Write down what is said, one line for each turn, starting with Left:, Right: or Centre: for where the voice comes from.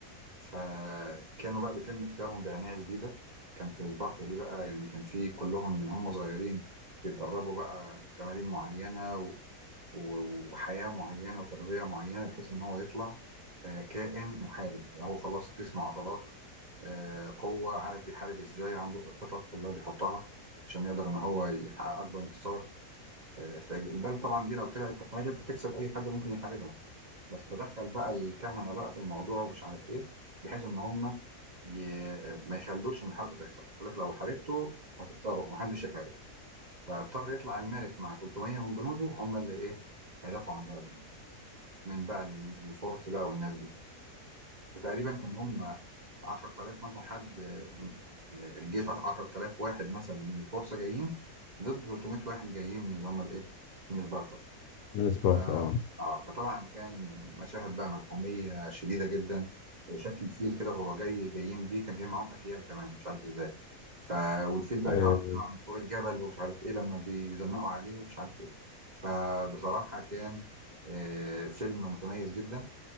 Right: فكانوا بقى بيتم اختيارهم بعنايه شديده كان في سبارتا دي بقى يعني كان في كلهم من هم صغيرين بيتدربوا بقى تمارين معينه و- وحياة معينة وتغذية معينة بحيث إن هو يطلع آه، كائن محارب هو خلاص جسم عضلات آه، قوة عارف بيحارب إزاي عنده الخطط كلها بيحطها عشان يقدر إن هو يحقق أكبر انتصار آه، فالبال طبعا دي لو طلعت تحارب هتكسب أي حد ممكن يحاربها بس تدخل بقى الكهنة بقى في الموضوع ومش عارف إيه بحيث إن هم ي... ما يخلوش إن الحرب تحصل يقول لك لو حاربته هتخسره ومحدش يحارب فاضطر يطلع الملك مع 300 من جنوده هم اللي إيه هيدافعوا عن بلدهم من بقى الفرس بقى والناس دي فتقريبا كان هم 10000 مثلا حد الجيش 10000 واحد مثلا من الفرس جايين ضد 300 واحد جايين من اللي هم الايه من سبارتا
Left: من سبارتا
Right: ف
Left: اه
Right: اه فطبعا كان مشاهد بقى ملحميه شديده جدا شكل الفيل كده وهو جاي جايين بيه كان جاي معاهم افيال كمان مش عارف ازاي ف والفيل بقى
Left: آه،
Right: يقع يقع من فوق الجبل ومش عارف ايه لما بي- بيزنقوا عليه ومش عارف ايه فبصراحه كان آه، فيلم متميز جدا